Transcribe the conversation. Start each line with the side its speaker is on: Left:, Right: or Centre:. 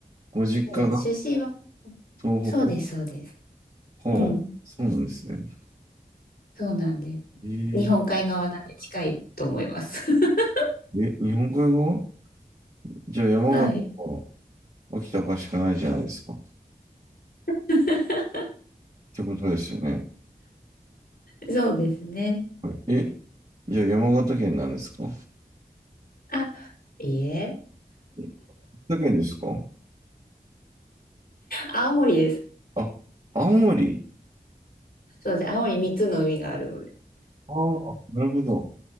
Right: ご実家が
Left: そうです出身は、
Right: 東北
Left: そうです、そうです。
Right: ほう、
Left: うん。
Right: そうなんですね。
Left: そうなんです。
Right: えー、
Left: 日本海側なんで近いと思います。<laughs>
Right: え、日本海側じゃあ山形か
Left: はい。
Right: 秋田かしかないじゃないですか。
Left: <laughs>
Right: ってことですよね。
Left: そうですね。
Right: はいえ、じゃあ山形県なんですか
Left: あ、いいえ、
Right: 山形県ですか
Left: 青森です。
Right: あ、青森。
Left: そうです。青森3つの海があるので
Right: ああ、なるほど。